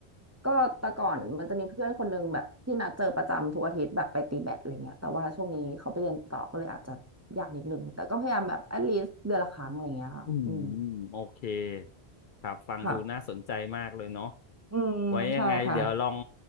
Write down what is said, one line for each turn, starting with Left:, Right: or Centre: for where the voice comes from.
Right: ก็แต่ก่อนมันจะมีเพื่อนคนนึงแบบที่นัดเจอประจำทุกอาทิตย์แบบไปตีแบดอะไรเงี้ยแต่ว่าช่วงนี้เขาไปเรียนต่อก็เลยอาจจะยากนิดนึงแต่ก็พยายามแบบ at least เดือนละครั้งอะไรอย่างเงี้ยค่ะอืม
Left: อืมโอเคครับฟังดูน่าสนใจมากเลยเนาะ
Right: ค่ะ อืมใช่ค่ะ
Left: ไว้ยังไงเดี๋ยวลอง